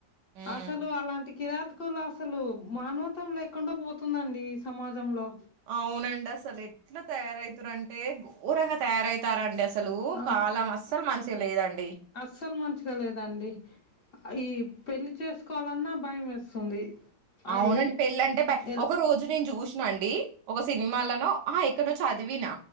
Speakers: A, on the right; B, on the left.
A: ఉమ్
B: అసలు అలాంటి కిరాతకులు అసలు మానవత్వం లేకుండా పోతుందండి ఈ సమాజంలో
A: అవునండి అసలు ఎట్లా తయారవుతురంటే ఘోరంగా తయారయి తారండి అసలు
B: ఆ
A: కాలం అస్సలు మంచి తెలియదం
B: అస్సలు మంచిగా లేదండి ఈ పెళ్లి చేసుకోవాలన్నా భయం వేస్తుంది ఆ
A: అవునండి
B: ఏ
A: పెళ్ళింటే బ
B: ఎల్
A: ఒక రోజు నేను చూసిన అండి ఒక సినిమాలనో ఆ ఎక్కడో చదివినా